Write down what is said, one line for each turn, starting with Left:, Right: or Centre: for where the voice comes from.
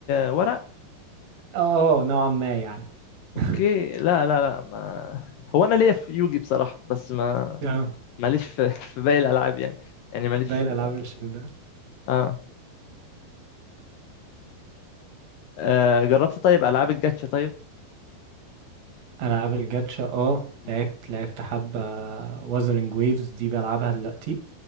Left: ورق
Right: اه نوعا ما يعني
Left: أوكي
Right: <laughs>
Left: لا لا لا ما هو أنا ليا في يوجي بصراحة بس ما
Right: اه
Left: ماليش في, <laughs> في باقي الألعاب يعني يعني ماليش
Right: باقي الالعاب
Left: في...
Right: اللي بالشكل ده
Left: آه. آه جربت طيب ألعاب الجاتشا طيب؟
Right: العاب الجاتشا اه
Left: مم.
Right: لعبت لعبت حبة وازرنج ويفز دي بلعبها دلوقتي